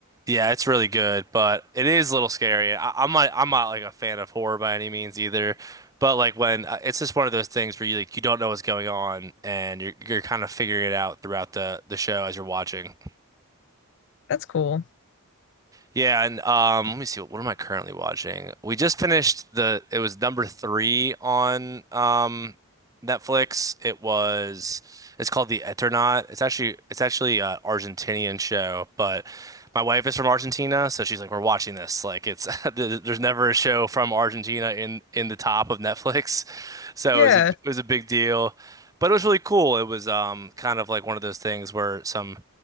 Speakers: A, on the right; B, on the left.
A: Yeah, it's really good, but it is a little scary. I, I'm not, I'm not like a fan of horror by any means either, but like when uh, it's just one of those things where you like you don't know what's going on and you're you're kind of figuring it out throughout the the show as you're watching.
B: That's cool.
A: Yeah, and um, let me see, what am I currently watching? We just finished the it was number three on um Netflix. It was it's called The Eternaut. It's actually it's actually a Argentinian show, but my wife is from Argentina, so she's like, we're watching this. Like it's <laughs> th- there's never a show from Argentina in in the top of Netflix. <laughs> So
B: Yeah,
A: it was a it was a big deal. But it was really cool. It was um kind of like one of those things where some